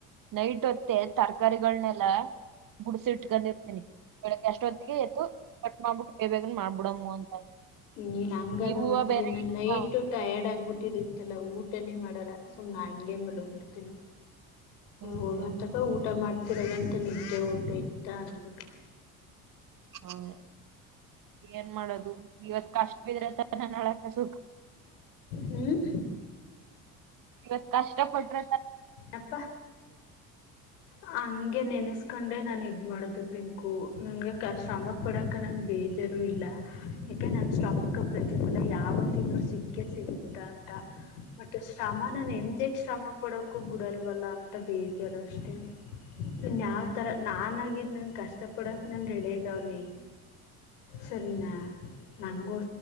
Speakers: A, on the right; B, on the left.
A: ನೈಟ್ ಹೊತ್ತೆ ತರಕಾರಿಗಳನೆೆಲ್ಲಾ ಗುಡ್ಸಿ ಇಟ್ಕೊಂಡಿರ್ತೀನಿ ಬೆಳಿಗ್ಗೆ ಅಷ್ಟೊ ಹೊತ್ತಿಗೆ ಎದ್ದು ಕಟ್ ಮಾಡ್ಬಿಟ್ಟು ಬೇ ಬೇಗ ಮಾಡ್ಬಿಡಮ್ಮ ಅಂತ
B: ನೀನ್ ಹಂಗಾದ್ರು
A: ಈ ಹೂವಾ
B: ಮಾಡ್ತಿದ್ದಿ
A: ಬೇರೆ
B: ನಾನ್
A: ಇಲ್ಲಪಾ
B: ನೈಟ್ ಟಯರ್ಡ್ ಆಗ್ಬಿಟ್ಟಿತ್ತಲ್ಲಾ ಊಟ ಊಟನ ಮಾಡಲ್ಲ ಸುಮ್ನೆ ಹಂಗೆ ಮಲಗ್ ಬಿಡ್ತೀನಿ
A: ಹ್ಮ್
B: ಹೋಗತಕ್ಕ ಊಟ ಮಾಡ್ತಿ ತಿರಗಂಟ ನಿದ್ದೆ ಊಟ ಇತ್ತಾ ಅನ್ಬಿಟ್ಟು
A: ಹ್ಮ ಏನ್ ಮಾಡೋದು ಇವತ್ ಕಷ್ಟ ಬಿದ್ರೆಂತ ನ ಅಸ
B: ಹ್ಮ್
A: ಇವತ್ ಕಷ್ಟ ಪಟ್ರ
B: ಅಪ್ಪ ಹಗೆ ನೆನಸ್ ಇಕಂಡೆ ನಾನು ಇದ ಮಾಡೋದು ಪಿಂಕು ನನ್ಗೆ ಶ್ರಮ ಪಡಕ ನನ್ ಬೇಜಾರೂ ಇಲ್ಲ ಯಾಕೆ ನನ್ನ ಶ್ರಮಿಕ ಪ್ರತಿಫುಲ ಯಾವತ್ತಿದೂ ಸಿಕ್ಕ ಸಿಗುತ್ತ ಅಂತ ಮತ್ತು ಶ್ರಮ ನನ್ನ ಎಮ ದೇ ಶ್ರಮ ಪಡ ವಲ್ಲ ಅಂತ ಬೇೇಕಾರ ಅಷ್ಟೇನ್ಯಾವ್ ತರ ನಾನಾಗಿದ್ ನನ್ ಕಷ್ಟ ಡಕ್ ನ ರೆಡಿ ಆ ಅವ ಸರಿನಾ ನೋ